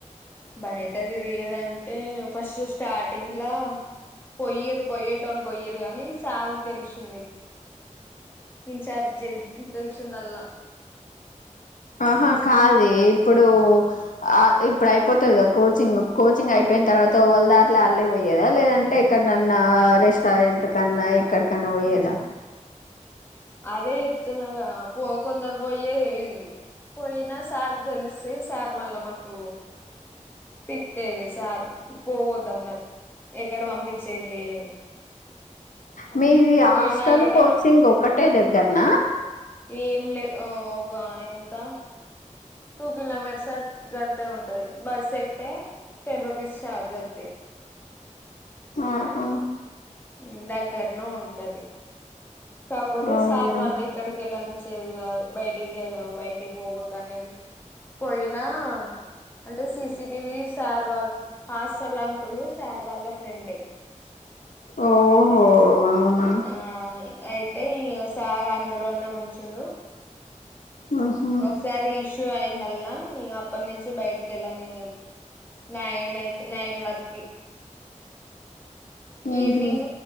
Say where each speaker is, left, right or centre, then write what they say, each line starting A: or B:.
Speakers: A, on the left (about 15°); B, on the left (about 90°).
A: బయట తిరిగేదంటే ఫస్ట్ స్టార్టింగ్ల పొయ్యిరు పొయ్యేటోళ్ళు బోయ్యిరు గని సార్ తెలిసింది ఇంచార్జి జెల్ తెలిసిందల్ల
B: ఆహా కాదే ఇప్పుడు అ ఇప్పుడు అయిపోతది గదా కోచింగ్ కోచింగ్ అయిపోయిన తర్వాత ఓల్దట్ల అల్లే పోయేదా లేదంటే ఎక్కడనన్నా రెస్టారెంట్ కన్నా ఎక్కడికన్నా వోయేదా
A: అదే చెప్తున్నాగ పో కొందరు పోయే ఏది పోయినా సార్ తెలిస్తే సార్ మళ్ళా మాకు తిట్టేది సార్ పోవద్దన్నారు ఎకడ పంపించేది లేదు
B: మీది
A: పోయినా
B: హాస్టల్
A: గిడ
B: కోచింగ్ ఒక టె దగ్గర న
A: ఏం లే ఒక ఎంత టూ కిలోమీటర్స్ గంతే ఉంటది బస్ ఎక్తే టెన్ రూపీస్ ఛార్జ్ అంతే
B: ఆ హా
A: హ్మ్ దగ్గరనే ఉంటది కాకపోతే
B: అవునా
A: సార్ వాల్లే ఎక్కడికి ఎళ్ళని చేది కాదు బయటికి బయటికి పోవోద్దనేది పోయినా అంటే సీసిటివీ సార్ వాళ్ హాస్టల్ అంకులు సార్ వాళ్ళ ఫ్రెండే
B: ఓహో అవునా
A: ఆ అయితే ఇగ సార్ ఆన్ లోనే ఉంచుండు
B: ఉహు
A: ఒకసారి ఇష్యూ అయిందల్లా ఇగ అప్ అప్పటి నుంచి బయటికెళ్ళనీయం నైన్ అయితే నైన్ వరకి
B: ఉహు
A: evening